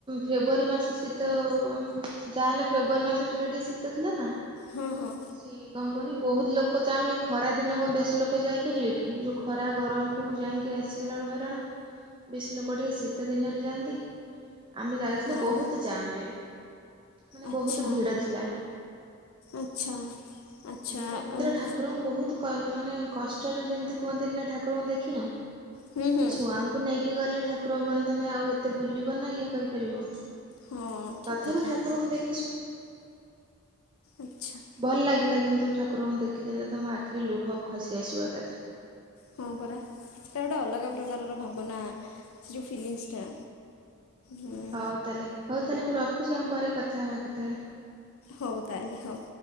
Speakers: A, on the right; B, on the left.
A: ଫେବୃଆରୀ ମାସ ଶୀତ ଯାହାହେଲେ ଫେବୃୟାରୀ ମାସ ଟିକେ ଟିକେ ଶୀତ ଥିଲା ନା।
B: ହଁ ହଁ।
A: ସିଏ କଣ କୁହନି, ବହୁତ ଲୋକ ଯା ଆମେ ଏ ଖରା ଦିନକ ବେଶୀ ଲୋକ ଯାଇପାରିବେ କି? ଯୋଉ ଖରା ଗରମ କୁ ଯାଇକି ଆସିଗଲା ବଳକୁ ହଇରାଣ। ବେଶି ଲୋକ ଟିକେ ଶୀତ ଦିନରେ ଯାଆନ୍ତି। ଆମେ ଯାଉଥିଲେ
B: ହଁ
A: ବହୁତ ଜାମ ରେ, ମାନେ
B: ଆଚ୍ଛା
A: ବହୁତ ଭିଡ ଥିଲା।
B: ଆଚ୍ଛା। ଆଚ୍ଛା
A: ଭିଡ ଭିତରେ
B: ଅମ୍,
A: ଠାକୁରଙ୍କ ବହୁତ କ ମାନେ କଷ୍ଟରେ ଯେମିତି କୁହନ୍ତିନି ନା ଠାକୁରଙ୍କୁ ଦେଖିନ?
B: ହୁଁ ହୁଁ
A: ଛୁଆ। କୁ ନେଇକି ଗଲେ ଠାକୁର କଣ ତମେ ଆଉ ଏତେ ବୁଲିବ ନା ଇଏ କରିପାରିବ।
B: ହଁ ଠିକ୍
A: ତଥାପି
B: କଥା
A: ଠାକୁରଙ୍କୁ ଦେଖିଛୁ।
B: ଆଚ୍ଛା।
A: ଭଲ ଲାଗିଲା କିନ୍ତୁ ଠାକୁରଙ୍କୁ ଦେଖିଥିଲେ ତମ ଆଖିରେ ଲୁହ ଖସି ଆସିବ ଏକାଥରେ।
B: ହଁ ପରା, ସେଇଟା ଗୋଟେ ଅଲଗା ପ୍ରକାରର ଭାବନା। ସେ ଯେଉଁ ଫିଲିଂସ୍ଟା। ହୁଁ।
A: ହଉ ତାହେଲେ ହଉ ତାଲେ ମୁଁ ରଖୁଛି, ଆମ ପରେ କଥା ହେବା କେତେବେଳେ।
B: ହଉ ତାଲେ ହଉ।